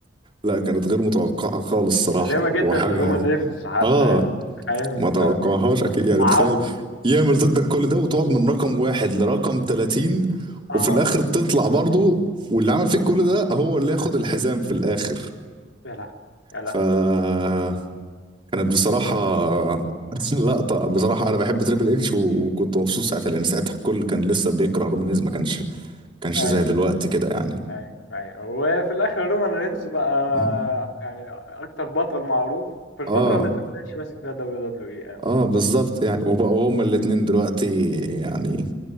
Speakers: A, on the right (about 30°); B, on the left (about 80°).
A: لا كانت غير متوقعة خالص صراحة
B: مؤلمه جدا
A: وحاجة
B: لرومان رينز حتى
A: اه
B: يعني تخيل انت
A: ما توقعهاش اكيد يعني
B: قعدت
A: تخيل يعمل ضدك كل ده وتقعد من رقم واحد لرقم 30
B: اه
A: وفي الاخر تطلع برضه واللي عمل فيك كل ده هو اللي ياخد الحزام في الاخر
B: يا لهوي يا لهوي
A: فكانت بصراحة <laughs> لقطة بصراحة أنا بحب تريبل اتش وكنت مبسوط ساعتها لأن ساعتها الكل كان لسه بيكره رومان رينز ما كانش كانش
B: ايوه
A: زي دلوقتي كده يعني
B: ايوه ايوه وفي الاخر رومان رينز بقى
A: اه
B: يعني اكتر بطل معروف في الفتره
A: اه
B: اللي تريبل اتش ماسك فيها دبليو دبليو اي يعني
A: اه بالظبط يعني وبقوا هما الاتنين دلوقتي يعني